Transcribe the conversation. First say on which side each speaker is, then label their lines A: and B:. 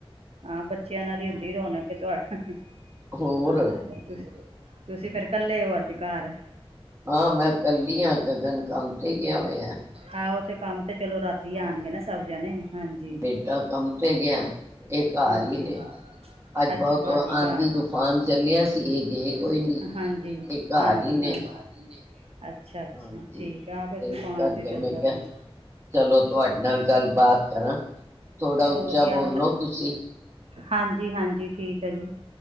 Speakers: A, on the right; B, on the right.
A: ਹਾਂ ਬੱਚਿਆਂ ਨਾਲ ਹੀ ਹੁੰਦੀ ਰੌਣਕ ਤੁ ਹਮ
B: ਹੋਰ
A: ਹਾਂ ਤੁ ਤੁਸੀਂ ਫੇਰ ਕੱਲੇ ਹੋ ਅੱਜ ਘਰ
B: ਹਾਂ ਮੈਂ ਕੱਲੀ ਹਾਂ ਗਗਨ ਕੰਮ ਤੇ ਗਿਆ ਹੋਇਆ
A: ਆਹੋ ਤੇ ਕੰਮ ਤਾਂ ਚਲੋ ਰਾਤੀ
B: ਹਾਂ
A: ਆਉਣਗੇ ਨਾ ਸਭ ਜਣੇ ਹਾਂਜੀ
B: ਬੇਟਾ ਕੰਮ ਤੇ ਗਿਆ ਇਹ ਘਰ
A: ਹਾਂਜੀ
B: ਹੀ ਨੇ ਅੱਜ
A: ਅੱਛਾ
B: ਬਹੁਤ
A: ਭਾਜੀ
B: ਆਂਦੀ
A: ਘਰ
B: ਤੂਫਾਨ
A: ਹਾਂਜੀ
B: ਚੱਲਿਆ ਸੀ ਇਹ ਗਏ ਕੋਈ ਨੀ
A: ਹਾਂਜੀ
B: ਇਹ ਘਰ
A: ਹਾਂਜੀ
B: ਹੀ ਨੇ
A: <inaudible> ਅੱਛਾ ਅੱਛਾ
B: ਹਾਂਜੀ
A: ਠੀਕ ਆ ਫਿਰ
B: ਤੇ
A: ਤੂਫਾਨ
B: ਇਸ ਕਰਕੇ
A: ਜ ਚੱਲਦਾ
B: ਮੈਂ ਕਿਹਾ
A: ਪਿਆ
B: ਚਲੋ ਤੁਹਾਡੇ ਨਾਲ ਗੱਲਬਾਤ ਕਰਾਂ ਥੋੜਾ
A: ਚਲੋ
B: ਉੱਚਾ
A: ਵਧਆ
B: ਬੋਲੋ ਤੁਸੀਂ
A: ਹਾਂਜੀ ਹਾਂਜੀ ਠੀਕ ਹੈ ਜੀ